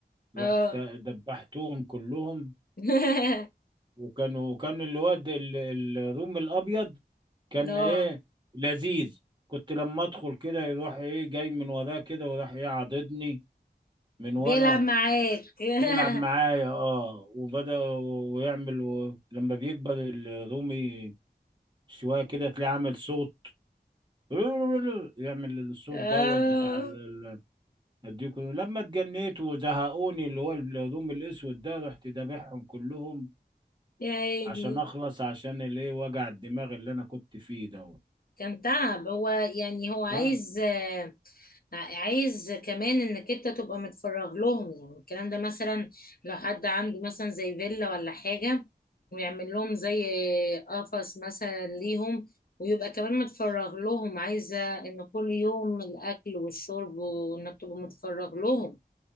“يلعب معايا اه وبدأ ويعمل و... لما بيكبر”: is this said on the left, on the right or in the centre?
Right